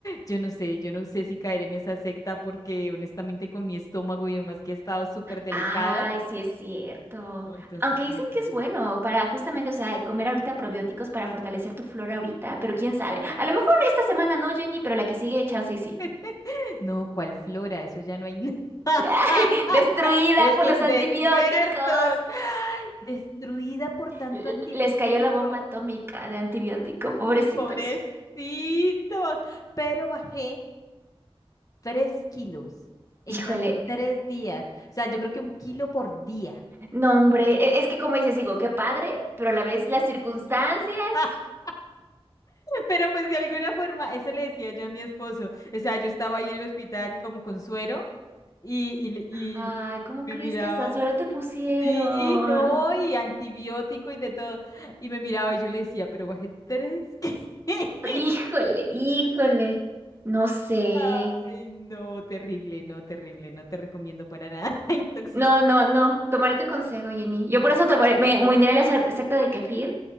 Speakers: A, on the left (about 35°); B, on the right (about 25°).
A: Yo no sé, yo no sé si caer en esa secta porque honestamente con mi estómago y demás que ha estado súper delicado.
B: Ay, sí es cierto.
A: No, entonces
B: Aunque dicen
A: no
B: que
A: sé.
B: es bueno para justamente, o sea, comer ahorita probióticos para fortalecer tu flora ahorita, pero quién sabe. A lo mejor esta semana no, Jenny, pero la que sigue, chance y sí.
A: <laughs> No, ¿cuál flora? Eso ya no hay nada. <laughs>
B: <laughs> Destruida
A: Es
B: por
A: un
B: los antibióticos.
A: desierto. <laughs> Destruida por tanto
B: L-
A: antibiótico.
B: les cayó la bomba atómica de antibiótico, pobrecitos.
A: Pobrecitos. Pero bajé tres kilos en
B: Híjole.
A: casi tres días. O sea, yo creo que un kilo por día.
B: No, hombre, e- es que como dices, digo, qué padre, pero a la vez las circunstancias.
A: <laughs> Pero pues de alguna forma, eso le decía yo a mi esposo. O sea, yo estaba ahí en el hospital como con suero y, y, le- y-
B: Ay,
A: y
B: ¿cómo
A: me
B: crees
A: miraba.
B: que hasta suero te pusieron?
A: Sí, no, y antibiótico y de todo. Y me miraba y yo le decía, pero bajé tres. kilos". <laughs>
B: Híjole, híjole. No sé.
A: Ay, no, terrible, no, terrible, no te recomiendo para nada. <laughs> Intoxic.
B: No, no, no. Tomaré tu consejo, Jenny. Yo por eso tomaré, me, me uniré a la ser- secta del kefir